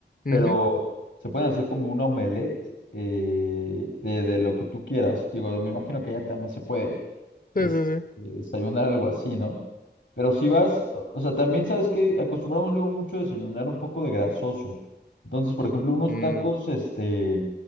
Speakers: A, on the left; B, on the left.
A: ujú.
B: pero se pueden hacer como un omelette eh, de, de lo que tú quieras. Digo, me imagino que ya también se puede este,
A: Sí, sí, sí.
B: desayunar algo así, ¿no? Pero si vas, o o sea, también sabes que acostumbramos luego mucho a desayunar un poco de grasoso. Entonces, por ejemplo, unos
A: Mm,
B: tacos, este,